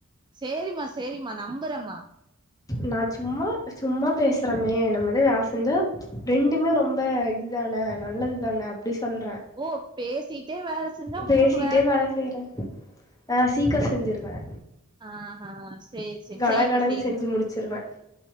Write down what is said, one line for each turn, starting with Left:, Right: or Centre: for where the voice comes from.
Right: சேரிமா சேரிமா நம்புறமா
Left: நா சும்மா சும்மா பேசுறமே நம்ம இது வேல செஞ்சா ரெண்டுமே ரொம்ப இது தான நல்லது தான அப்டி சொல்றோ
Right: ஓ பேசிட்டே வேல செஞ்சா உங்களுக்கு
Left: பேசிட்டே வேல செய்றே ஆ சீக்கிரூ செஞ்சிருவே
Right: அ ஆ சேர் செரி
Left: கட
Right: செய்ங்க
Left: கடன்னு
Right: செய்ங்க
Left: செஞ்சு முடிச்சிருவே